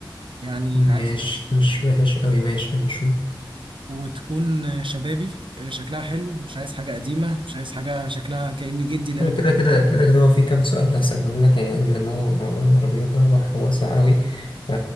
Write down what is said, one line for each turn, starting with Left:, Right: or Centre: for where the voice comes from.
Right: يعني
Left: ماشي
Right: عايز
Left: مش وحش أوي ماشي هنشوف
Right: وتكون آه، شبابي آه، شكلها حلو مش عايز حاجه قديمه مش عايز حاجه شكلها كأن جدي اللي
Left: حلو
Right: راكب
Left: كده كده كده كده هو في كام سؤال هسألهم لك يعني إن موضوع موضوع العربيات ده بحر واسع أوي ف